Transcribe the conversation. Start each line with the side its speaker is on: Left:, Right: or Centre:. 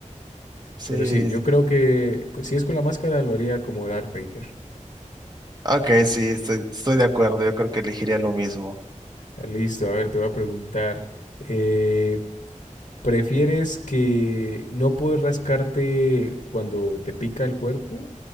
Right: sí.
Left: Pero sí, yo creo que co- si es con la máscara, lo haría como Darth Vader.
Right: Ok, sí, estoy, estoy de acuerdo. Yo creo que elegiría lo mismo.
Left: Ah, Listo, a ver, te voy a preguntar. eh, ¿prefieres que no puedes rascarte cuando te pica el cuerpo